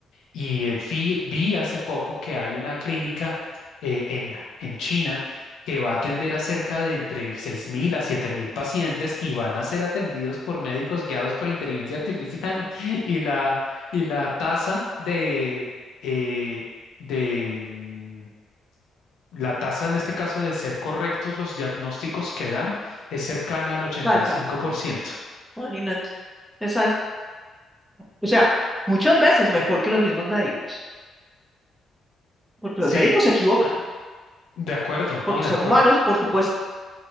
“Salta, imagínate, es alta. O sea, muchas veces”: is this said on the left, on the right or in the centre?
Centre